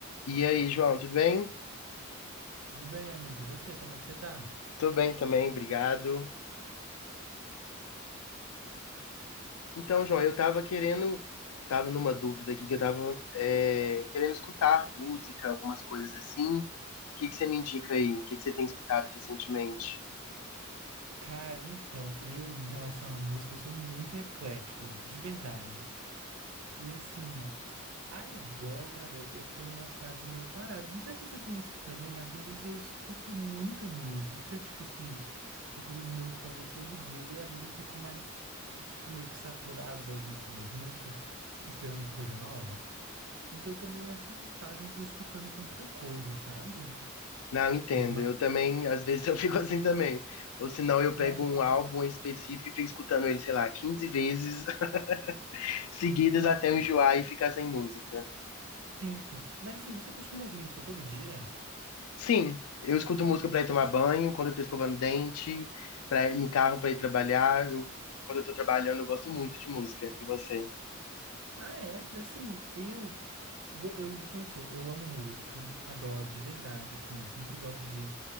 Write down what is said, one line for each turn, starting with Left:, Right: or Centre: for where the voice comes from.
Left: E aí, João, tudo bem?
Right: Tudo bem, amigo? E você, como é que você tá?
Left: Tô bem também, obrigado. Então, João, eu tava querendo, tava numa dúvida aqui que eu tava é, querendo escutar música, algumas coisas assim. O que que você me indica aí? O que que você tem escutado recentemente?
Right: Cara, então, eu em relação à música, eu sou muito eclético, de verdade. E assim, agora eu tô numa fase meio parada. Não sei se você tem isso também, às vezes eu escuto muita música, tipo assim, fico ali no meu fone todo dia, e às vezes eu fico mais, tipo, meio que saturado das mesmas músicas, esperando coisa nova. Então eu tô meio nessa fase, não tô escutando tanta coisa, sabe?
Left: Não, eu entendo.
Right: Mas,
Left: Eu também, às vezes <laughs> eu fico assim também. Ou senão eu pego
Right: nossa,
Left: um
Right: total,
Left: álbum específico e fico escutando ele, sei lá, 15 vezes <laughs> seguidas
Right: demais.
Left: até eu enjoar e ficar sem música.
Right: Sim, sim. Mas assim, você costuma ouvir música todo dia?
Left: Sim, eu escuto música pra ir tomar banho, quando eu tô escovando dente, para ir no carro pra ir trabalhar. Eu, quando eu tô trabalhando, eu gosto muito de música. E você?
Right: Ah, é? Assim, eu. go- Eu juro pra você, eu amo música, adoro, de verdade, assim. Sempre gosto de